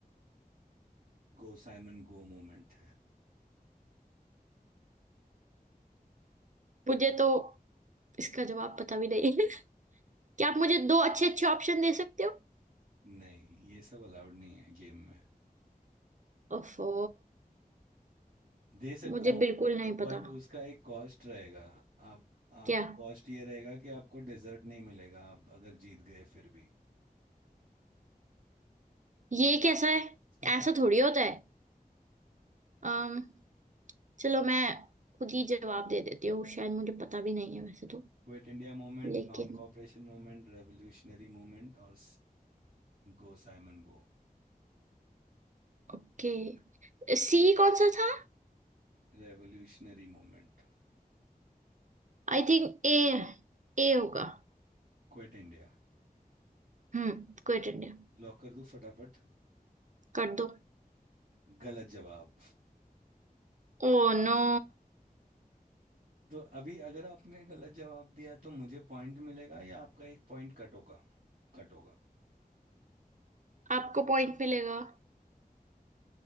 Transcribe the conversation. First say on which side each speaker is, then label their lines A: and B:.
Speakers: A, on the right; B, on the right.
A: गो साइमन गो मूवमेंट
B: मुझे तो इसका जवाब पता भी नहीं है <laughs> क्या आप मुझे दो अच्छे अच्छे ऑप्शन दे सकते हो
A: नहीं ये सब अलाउड नहीं है गेम में
B: ओफो
A: दे सकता
B: मुझे
A: हूँ
B: बिल्कुल नहीं पता
A: बट उसका एक कॉस्ट रहेगा आप आप
B: क्या
A: कॉस्ट ये रहेगा कि आपको डिजर्ट नहीं मिलेगा आप अगर जीत गए फिर भी
B: ये कैसा है
A: <laughs>
B: ऐसा थोड़ी होता है अम चलो मैं खुद ही जवाब दे देती हूँ शायद मुझे पता भी नहीं है वैसे तो
A: Quit India movement
B: लेकिन
A: non cooperation movement revolutionary movement और go Simon go
B: ओके सी कौन सा था
A: Revolutionary movement
B: आई थिंक ए ए होगा
A: Quit India
B: Hmm Quit India
A: Lock कर दूं फटाफट
B: कर दो
A: गलत जवाब
B: Oh no
A: तो अभी अगर आपने गलत जवाब दिया तो मुझे पॉइंट मिलेगा या आपका एक पॉइंट कट होगा कट होगा
B: आपको पॉइंट मिलेगा